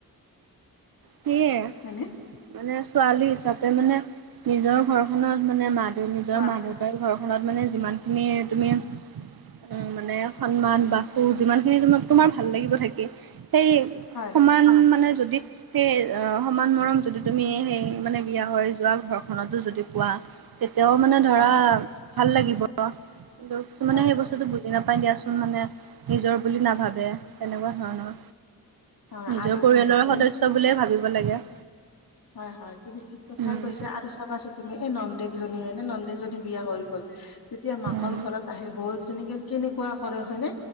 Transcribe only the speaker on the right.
সেয়ে
মানে ছোৱালী হিচাপে মানে নিজৰ ঘৰ খনৰ মানে মা দেউ নিজৰ
মা দেউ তাৰ ঘৰখনত মানে যিমান খিনিয়ে তুমি উ মানে সন্মান বাসু যিমান খিনি ত তোমাৰ ভাল লাগিব থাকি সেই
সমান মানে যদি সেই অ সমান মৰম যদি তুমি সেই মানে বিয়া হৈ যোৱা ঘৰখনতো যদি পোৱা তেতিয়াও মানে ধৰা
ভাল লাগিব। কিন্তু কিছুমানে
সেই বস্তুটো বুজি জি নাপাই দিয়াচোন মানে নিজৰ বুলি নাভাবে, তেনেকুৱা ধৰণৰ।
নিজৰ
পৰিয়ালৰ
সদস্য বুলিয়ে ভাবিব লাগে।
উম
উম।